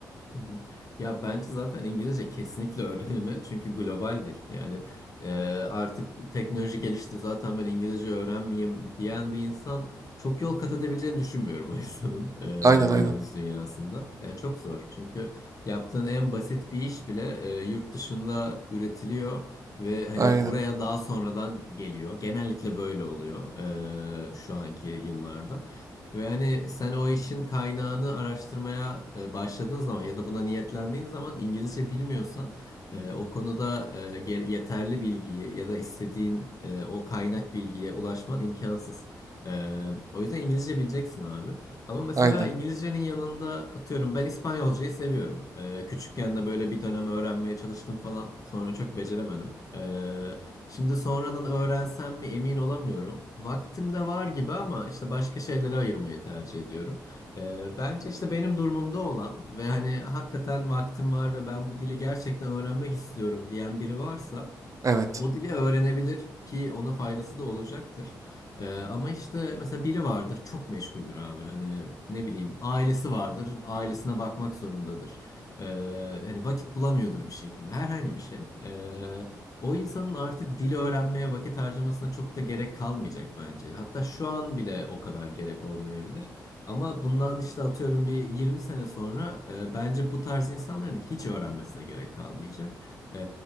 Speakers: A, on the left; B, on the right.
A: Hı hı. Ya bence zaten İngilizce kesinlikle öğrenilmeli çünkü global dil. Yani e, artık teknoloji gelişti zaten ben İngilizce öğrenmeyeyim diyen bir insan çok yol kat edebileceğini düşünmüyorum o insanın
B: Aynen
A: e, günümüz
B: aynen.
A: dünyasında. Yani çok zor çünkü yaptığın en basit bir iş bile e, yurt dışında üretiliyor ve hani
B: Aynen.
A: buraya daha sonradan geliyor. Genellikle böyle oluyor e, şu anki yıllarda. Ve hani sen o işin kaynağını araştırmaya e, başladığın zaman ya da buna niyetlendiğin zaman İngilizce bilmiyorsan e, o konuda e, ge- yeterli bilgiyi ya da istediğin e, o kaynak bilgiye ulaşman imkansız. E, o yüzden İngilizce bileceksin abi. Ama mesela
B: Aynen.
A: İngilizcenin yanında atıyorum ben İspanyolcayı seviyorum. E, küçükken de böyle bir dönem öğrenmeye çalıştım falan. Sonra çok beceremedim. E, Şimdi sonradan öğrensem mi emin olamıyorum. Vaktim de var gibi ama işte başka şeylere ayırmayı tercih ediyorum. Ee, bence işte benim durumumda olan ve hani hakikaten vaktim var ve ben bu dili gerçekten öğrenmek istiyorum diyen biri varsa
B: Evet.
A: o dili öğrenebilir ki ona faydası da olacaktır. Ee, ama işte mesela biri vardır çok meşguldür abi. Hani ne bileyim ailesi vardır ailesine bakmak zorundadır. Ee, yani vakit bulamıyordur bir şekilde herhangi bir şey. Ee, o insanın artık dil öğrenmeye vakit harcamasına çok da gerek kalmayacak bence. Hatta şu an bile o kadar gerek olmayabilir. Ama bundan işte atıyorum bir 20 sene sonra e, bence bu tarz insanların hiç öğrenmesine gerek kalmayacak. Ee,